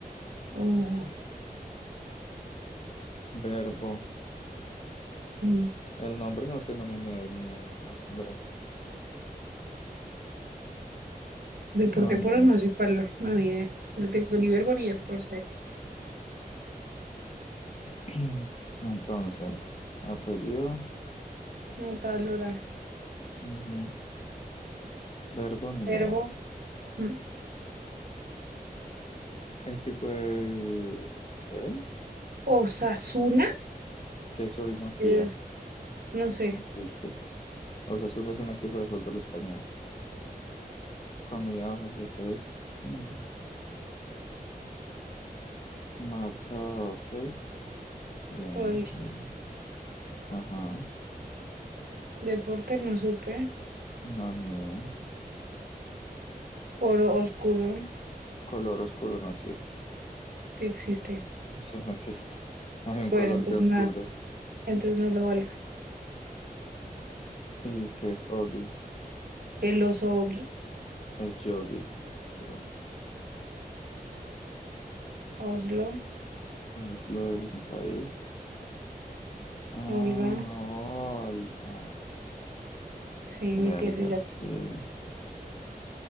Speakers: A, on the right; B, on the left.
A: Oh,
B: verbo.
A: mm.
B: El nombre no tengo ni idea, ni idea del nombre,
A: Deporte
B: no, ni
A: pro,
B: idea.
A: no sé cuál, no, ni idea. No tengo ni verbo ni deporte.
B: <clears throat> Entonces, apellido,
A: No, tal hora.
B: ujú, Verbo, ni
A: Verbo.
B: idea.
A: mm.
B: Equipo del... ¿Qué?
A: Osasuna,
B: ¿Qué es Orinoquía?
A: Eh, no sé.
B: Eso no existe. Osasuna es un equipo de fútbol español. Comida ojos de pez. Mm. Marca Oakley. Bien,
A: Oye,
B: bien. Ajá.
A: deporte no supe.
B: No, ni idea.
A: Oro oscuro,
B: Color oscuro no existe.
A: sí existe.
B: Eso no existe. <laughs> No hay un
A: Bueno,
B: color
A: entonces
B: que oscuro.
A: nada, entonces no lo valga.
B: ¿Y qué es Ogi?
A: El oso Ogi,
B: Es Yogi. Pero bueno.
A: Oslo,
B: Vamos lo del país. Ah,
A: Olga,
B: Olga.
A: sí, mi
B: Verga,
A: tía se llama.
B: sí.